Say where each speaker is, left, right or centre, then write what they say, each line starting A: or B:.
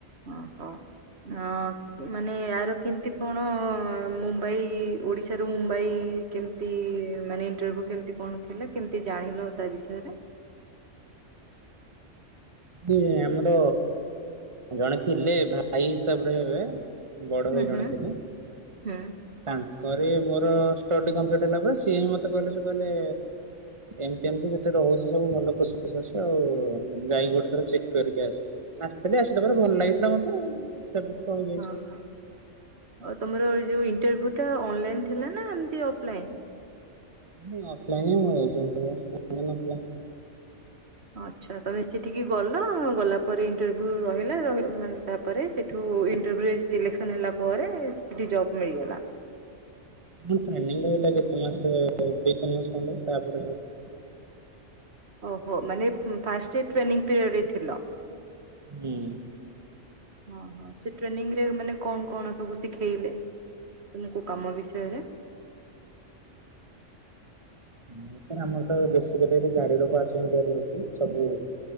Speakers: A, on the right; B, on the right.
A: ଓହୋ <unintelligible> ମାନେ ଆର କେମତି କଣ ମୁମ୍ବାଇ ଓଡିଶାରୁ ମୁମ୍ବାଇ କେମ <unintelligible> ମାନେ ଇଣ୍ଟରଭ୍ୟୁ କେମିତି କଣ ଥିଲେ, କେମିତି ଜାଣିଲ ତା ବିଷୟରେ?
B: <unintelligible> ଆମର ଜଣେ ଥିଲେ ଭାଇ ହିସାବରେ ହେବେ, ବଡ଼
A: ହୁଁ
B: ଭାଇ ଜଣେ
A: ହୁଁ
B: ଥିଲେ।
A: ହୁଁ
B: ତାଙ୍କରି ମୋର ଷ୍ଟଡି କମ୍ପ୍ଲିଟ ହେଲା ପରେ ସିଏ ହିଁ ମତେ କହିଲେ <unintelligible> ଏମତି ଏମିତି ସେଠେ ରହୁଛି ସବୁ ଭଲ ଖୁସି ଖସ ଅଛି ଆଉ ଯାଇକି ଗୋଟେ ଚେକ କରିକି ଆସ, ଆସିଥିଲି ଆସିଲା ପରେ ଭଲ ଲାଗିଥିଲା ମତେ, ସେବେଠୁ ତ ଏଇ
A: ହଁ ହ। ଆଉ ତମର ଯୋଉ ଇଣ୍ଟରଭ୍ୟୁ ଟା ଅନଲାଇନ ଥିଲା ନା ଏମତି ଅଫଲାଇନ୍?
B: <unintelligible>
A: ଆଚ୍ଛା ତମେ ସେଠିକି ଗଲ, ଗଲା ପରେ ଇଣ୍ଟରଭ୍ୟୁ ରହିଲା, ମାନେ ତାପରେ ସେଠୁ <unintelligible> ସିଲେକ୍ସନ ହେଲା ପରେ ସେଠି ଜବ୍ ମିଳିଗଲା।
B: <unintelligible> ଟ୍ରେନିଙ୍ଗ ରହିଲା କେତେ ମାସ ଦୁଇ ତିି ମାସ ଖଣ୍ଡ ତାପରେ <unintelligible>
A: ଓହୋ ମାନେ <unintelligible> ଫାଷ୍ଟେ ଟ୍ରେନିଙ୍ଗ ପିରିୟଡ଼ରେ ଥିଲ?
B: ହୁଁ।
A: <inaudible> ହଁ ହଁ ସେ ଟ୍ରେନିଂ ରେ ମାନେ କଣ କଣ ସବୁ ଶିଖେଇଲେ? ତମକୁ କୋଉ କାମ ବିଷୟରେ?
B: <unintelligible> ଅଛି ସବୁ